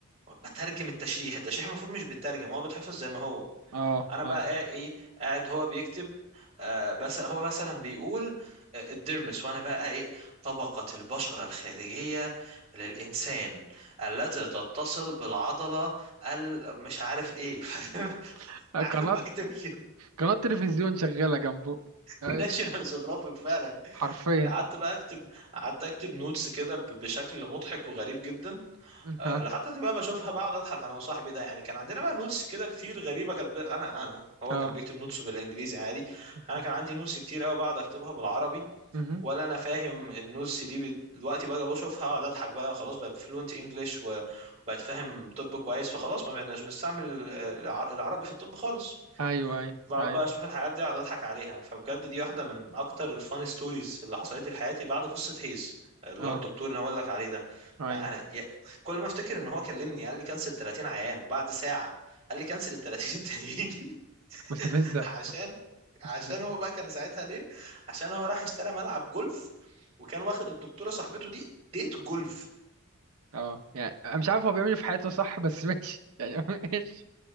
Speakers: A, on the right; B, on the right.
A: بترجم التشريح التشريح المفروض مش بيترجم هو بيتحفظ زي ما هو
B: اه
A: انا بقى
B: ايوه
A: قاعد- ايه قاعد هو بيكتب آه بس هو مثلا بيقول آه، الدرمس وانا بقى ايه طبقة البشرة الخارجية للانسان التي تتصل بالعضلة ال- مش عارف ايه <laughs> فاهم؟
B: <laughs>
A: قاعد
B: قناة
A: بكتب كده
B: قناة تلفزيون شغالة جنبه ايوه
A: ناشونال جيوغرافيك فعلا
B: حرفيا
A: قعدت بقى اكتب قعدت اكتب نوتس كده ب- بشكل مضحك وغريب جدا أه،
B: ها
A: لحد دلوقتي بقى بشوفها بقعد اضحك انا وصاحبي ده يعني كان عندنا بقى نوتس كده كتير غريبه كانت ب... انا انا هو
B: اه
A: كان بيكتب نوتس بالانجليزي عادي
B: اوكي
A: انا كان عندي نوتس كتير قوي بقعد اكتبها بالعربي
B: مهم.
A: ولا انا فاهم النوتس دي بت- دلوقتي بقى بشوفها اقعد اضحك بقى خلاص بقت فلوينت انجلش وبقت فاهم طب كويس فخلاص ما بقناش بنستعمل الع- العربي في الطب خالص
B: ايوه ايوه
A: بقعد
B: ايوه
A: بقى اشوف الحاجات دي اقعد اضحك عليها فبجد دي واحده من اكتر الفان ستوريز اللي حصلت لي في حياتي بعد قصه هيز اللي
B: اه
A: هو الدكتور اللي انا بقول لك عليه ده
B: ايوه
A: يعني انا يا- كل ما افتكر ان هو كلمني قال لي كنسل 30 عيان وبعد ساعه قال لي كنسل ال 30 التانيين
B: مستفزة
A: <laughs> عشان
B: بس
A: عشان
B: مستفزة
A: هو بقى كان ساعتها ليه عشان هو راح اشترى ملعب جولف وكان واخد الدكتوره صاحبته دي ديت جولف
B: اه يعني أنا مش عارف هو بيعمل إيه في حياته صح بس ماشي يعني <laughs> ماشي